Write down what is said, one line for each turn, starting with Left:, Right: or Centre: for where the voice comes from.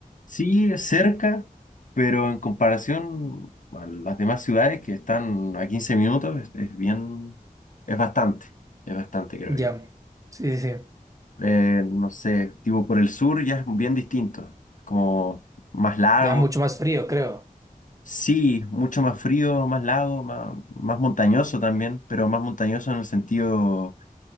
Left: sí, cerca, pero en comparación a las demás ciudades que están a 15 minutos, es es bien, es bastante, es bastante, creo
Right: Ya.
Left: yo.
Right: Sí, sí, sí.
Left: eh, no sé, tipo por el sur ya es bien distinto, como más lago,
Right: Ya mucho más frío, creo.
Left: sí, mucho más frío, más lago, más, más montañoso también, pero más montañoso en el sentido